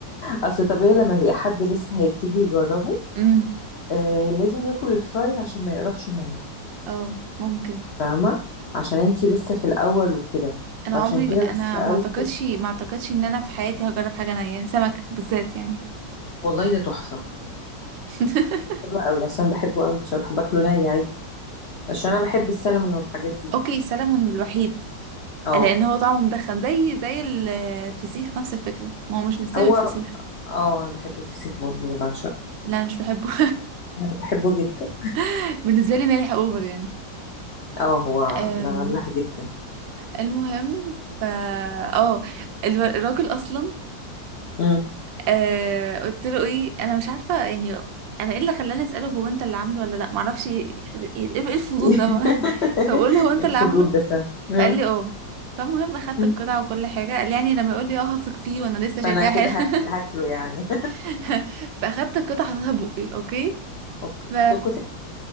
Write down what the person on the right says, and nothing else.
<laughs> امم
اه ممكن
انا
عمري
انا
ما اعتقدش ما اعتقدش ان انا في حياتي هجرب حاجه نيه سمك بالذات يعني
<laughs>
اوكي سلمون الوحيد
لان هو طعمه مدخن زي زي الفسيخ نفس الفكره ما هو مش مستوي
الفسيخ
لا انا مش بحبه
<laughs> بالنسبه لي مالح اوفر يعني
أم،
المهم ف اه الو- الراجل اصلا
أه، قلت له ايه انا مش عارفه يعني انا ايه اللي خلاني اساله هو انت اللي عامله ولا لا معرفش ايه إيه إيه الفضول
ده بقى <laughs> فبقول له هو انت
اللي عامله
فقال لي اه فالمهم اخدت
القطعه وكل حاجه قال لي يعني لما يقول لي اه هثق فيه وانا لسه شايفاها
حلو
<laughs> فاخدت القطعه حطيتها بقي اوكي
ف